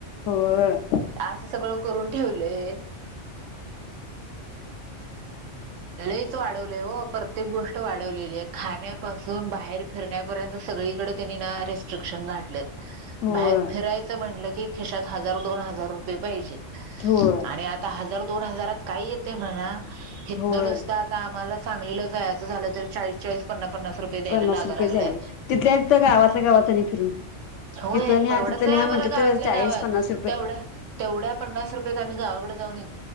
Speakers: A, on the left (about 75°); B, on the right (about 80°).
A: होय
B: असं सगळं करून ठेवलय लईच वाढवलंय ओ प्रत्येक गोष्ट वाढवलेली आहे खाण्या पासून बाहेर फिरण्यापर्यंत सगळीकडे त्यांनी ना रेस्ट रेस्ट्रीक्षण घातलेत
A: होय
B: बाहेर फिरायचं म्हणलं की खिशात हजार दोन हजार रुपये पाहिजेत
A: होय
B: आणि आता हजार दोन हजारात काय येतय म्हणा हितन
A: होय
B: नुसता आम्हाला सांगलीला जायचं झालं तर चाळीस चाळीस पन्ना पन्नास रुपये द्यायला
A: पन्नास
B: लागालागलंय
A: रुपये जायला तिथल्या तिथं गावातल्या गावात आणि फिरून
B: होय
A: इथं न्या
B: परवडत
A: तिथं
B: नाही
A: न्या
B: आम्हाला
A: म्हटलं
B: गावातल्या
A: तर चाळीस
B: गावात
A: पन्नास रुपये
B: तेवढ्या तेवढ्या पन्नास रुपयात आम्ही गावाकड जाऊन येतो